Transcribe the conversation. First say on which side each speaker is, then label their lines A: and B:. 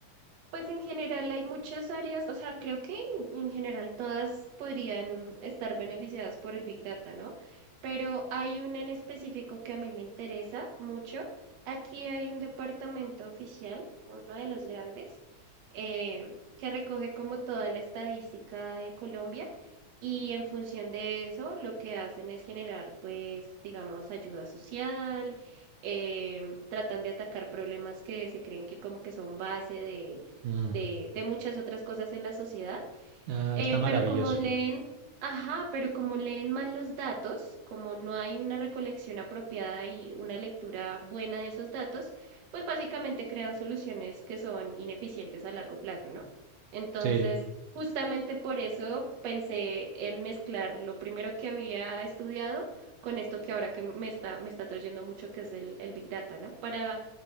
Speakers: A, on the right; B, on the right.
A: Pues en general hay muchas áreas, o sea, creo que en, en general todas podrían estar beneficiadas por el Big Data, ¿no? Pero hay una en específico que a mí me interesa mucho. Aquí hay un departamento oficial, uno de los grandes, eh, que recoge como toda la estadística de Colombia y en función de eso lo que hacen es generar, pues, digamos, ayuda social, eh, tratan de atacar problemas que se creen que como que son base de
B: Mm,
A: de, de muchas otras cosas en la sociedad.
B: Ah,
A: Eh,
B: está maravilloso.
A: pero como leen, ajá, pero como leen mal los datos, como no hay una recolección apropiada y una lectura buena de esos datos, pues básicamente crean soluciones que son ineficientes a largo plazo, ¿no? Entonces,
B: Sí,
A: justamente por eso pensé en mezclar lo primero que había estudiado con esto que ahora que me está, me está trayendo mucho, que es el, el Big Data, ¿no? Para